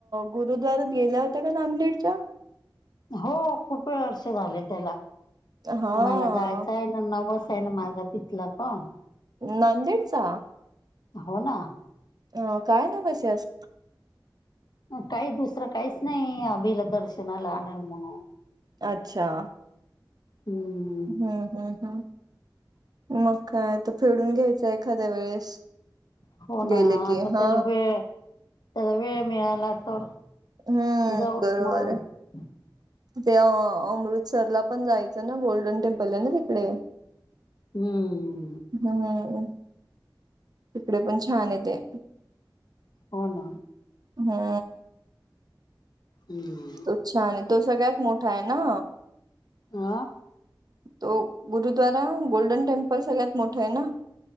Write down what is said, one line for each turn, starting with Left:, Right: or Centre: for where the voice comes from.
Right: गुरुद्वारात गेल्या होत्या का नांदेडच्या
Left: हो खूप वेळ वर्ष झाले त्याला
Right: हा
Left: मला जायचंय नवस आहे ना माझा तिथला पण
Right: नांदेडचा
Left: हो ना
Right: अ काय नामसे अस
Left: काही दुसरं काहीच नाही अभिला दर्शनाला आणाल म्हणून
Right: अच्छा
Left: हम्म
Right: हम्म हम्म हम् मग काय त फेडून घ्यायचं एखाद्या वेळेस
Left: हो ना
Right: गेले की
Left: आता
Right: हा
Left: त्याला वेळ त्याला वेळ मिळायला लागतो
Right: हम्म
Left: जाऊत
Right: बरोबर
Left: म-
Right: आहे ते अ अमृतसरला पण जायचं ना गोल्डन टेम्पल आहे ना तिकडे
Left: हम्म
Right: हम्म तिकडे पण छान आहे ते
Left: हो ना
Right: हा
Left: हम्म
Right: अच्छा आणि तो सगळ्यात मोठा आहे ना
Left: ह
Right: तो गुरुद्वारा गोल्डन टेम्पल सगळ्यात मोठं आहे ना